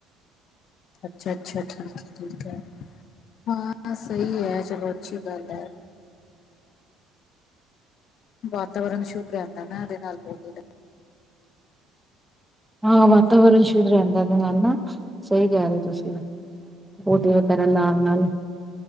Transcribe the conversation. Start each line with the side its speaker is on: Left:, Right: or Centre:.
Left: ਅੱਛਾ -ਅੱਛਾ ਠੀਕ ਹੈ ਠੀਕ ਹੈ। ਹਾਂ, ਸਹੀ ਹੈ, ਚਲੋ ਅੱਛੀ ਗੱਲ ਹੈ। ਵਾਤਾਵਰਨ, ਸ਼ੁੱਧ ਰਹਿੰਦਾ ਨਾ ਇਹਦੇ ਨਾਲ ਪੌਦੇ
Centre: ਹਾਂ ਵਾਤਾਵਰਨ ਸ਼ੁੱਧ ਰਹਿੰਦਾ, ਇਹਦੇ ਨਾਲ ਨਾ ਸਹੀ ਕਹਿ ਰਹੇ, ਹੋ ਤੁਸੀਂ? ਪੌਦੇ ਵਗੈਰਾ ਲਾਉਣ ਨਾਲ